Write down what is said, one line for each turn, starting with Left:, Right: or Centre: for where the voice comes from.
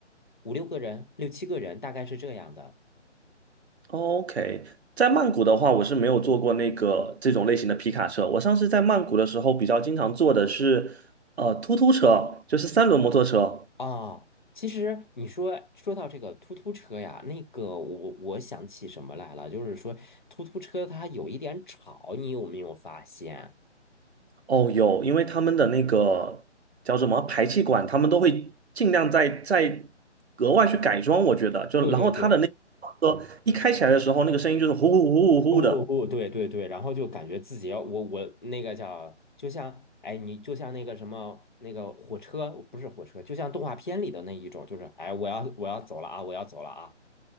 Left: 五六个人、六七个人，大概是这样的。
Right: OK？在曼谷的话，我是没有坐过那个这种类型的皮卡车。我上次在曼谷的时候，比较经常坐的是呃突突车，就是三轮摩托车。
Left: 啊。其实你说说到这个突突车呀，那个我我想起什么来了，就是说突突车它有一点吵，你有没有发现？
Right: 哦，有，因为他们的那个叫什么排气管，他们都会尽量在在格外去改装。我觉得，就然后他的那个车一开起来的时候，
Left: 对对对。
Right: 那个声音就是呼呼呼呼呼的。
Left: 不不，对对对，然后就感觉自己要我我那个叫，就像哎，你就像那个什么那个火车，不是火车，就像动画片里的那一种，就是哎，我要我要走了啊，我要走了啊。